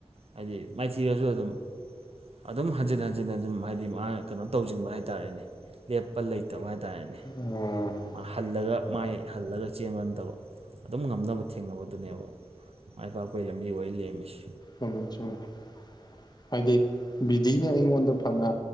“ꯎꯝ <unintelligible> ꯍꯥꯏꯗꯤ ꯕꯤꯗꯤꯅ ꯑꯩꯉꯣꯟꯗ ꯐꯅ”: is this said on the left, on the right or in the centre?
Left